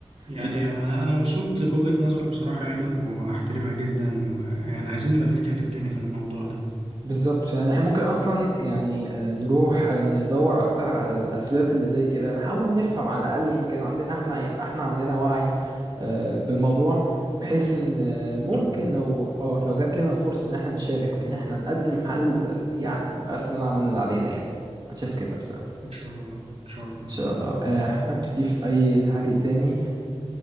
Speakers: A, on the right; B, on the right.
A: يعني
B: لأن
A: أنا أنا مبسوط بوجهة نظرك بصراحة يعني وأحترمها جدا ويعني عايزين نبقى نتكلم تاني في الموضوع ده
B: بالظبط يعني احنا ممكن اصلا يعني آه، نروح آه، ندور اكتر على الاسباب اللي زي كده نحاول نفهم على الاقل يمكن عندنا احنا يبقى احنا عندنا وعي آه، بالموضوع بحيث ان آه، ممكن
A: طب
B: لو اه لو جات لنا الفرصة ان احنا نشارك في ان احنا نقدم حل يعني يبقى اسمنا عملنا اللي علينا يعني انا شايف كده بصراحة
A: إن شاء الله إن شاء الله
B: ان شاء الله آه، حابب تضيف اي تعليق تاني